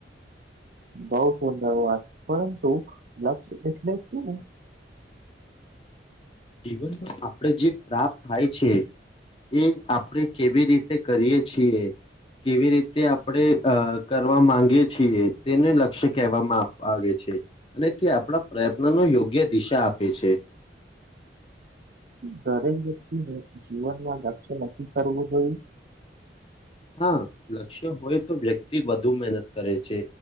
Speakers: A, on the right; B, on the left.
A: બઉ સુંદર વાત, પરંતુ લક્ષ્ય એટલે શું?
B: જીવનમાં આપણેે જે પ્રાપ્ત થાય છે, એ આપણે કેવી રીતે કરીએ છીએ. કેવી રીતે આપણે અ કરવા માંગીએ છીએ તેને લક્ષ્ય કહેવામાં આવે છે. અનેથી આપણા પ્રયત્ન નો યોગ્ય દિશા આપે છે.
A: દરેક વ્યક્તિને જીવનમાં લક્ષ્ય ન કરવું જોઈએ.
B: હા લક્ષ્ય હોય તો વ્યક્તિ વધુ મહેનત કરે છે.